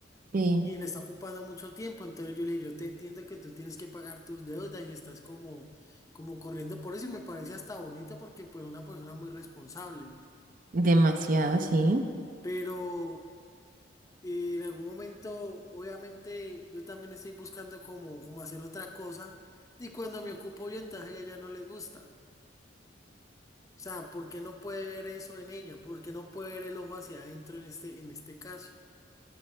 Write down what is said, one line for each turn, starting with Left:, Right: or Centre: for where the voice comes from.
Right: Sí,
Left: y le está ocupando mucho tiempo. Entonces yo le dije, yo te entiendo que tú tienes que pagar tus deudas y estás como, como corriendo por eso y me parece hasta bonito porque pues una persona muy responsable.
Right: demasiado, sí.
Left: Pero eh, en algún momento, obviamente, yo también estoy buscando como, como hacer otra cosa y cuando me ocupo yo, entonces a ella ya no le gusta. O sea, ¿por qué no puede ver eso en ella? ¿Por qué no puede ver el ojo hacia adentro en este, en este caso?